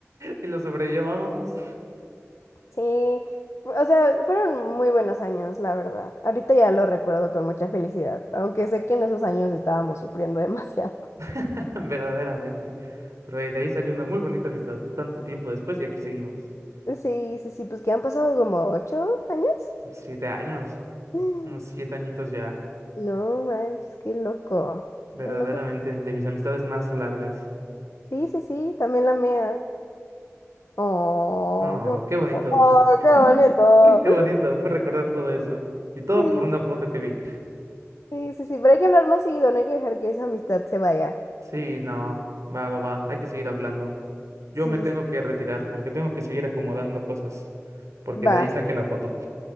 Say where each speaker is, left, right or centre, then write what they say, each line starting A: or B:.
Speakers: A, on the right (about 85°); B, on the left (about 70°).
A: Y lo sobrellevábamos
B: Sí, fu- o sea, fueron muy buenos años, la verdad. Ahorita ya lo recuerdo con mucha felicidad, aunque sé que en esos años estábamos sufriendo demasiado. <laughs>
A: <laughs> verdaderamente. Pero de ahí salió una muy bonita amistad tanto tiempo después y aquí seguimos.
B: Sí, sí, sí, pues que han pasado como ocho años.
A: Siete años,
B: <gasps>
A: unos siete añitos ya,
B: No manches, qué loco,
A: verdaderamente,
B: qué loco.
A: de mis amistades más largas.
B: Sí, sí, sí, también la mía. Oh,
A: No,
B: qué bonito.
A: qué bonito,
B: Oh, qué bonito.
A: <laughs> qué bonito, fue recordar todo eso. Y todo
B: Sí,
A: por una foto que vi.
B: sí, sí, sí. Pero hay que hablar más seguido, no hay que dejar que esa amistad se vaya.
A: Sí, no, va, va, va, hay que seguir hablando. Yo
B: Sí,
A: me tengo
B: sí,
A: que retirar porque tengo que seguir acomodando cosas, porque
B: va.
A: de ahí saqué la foto.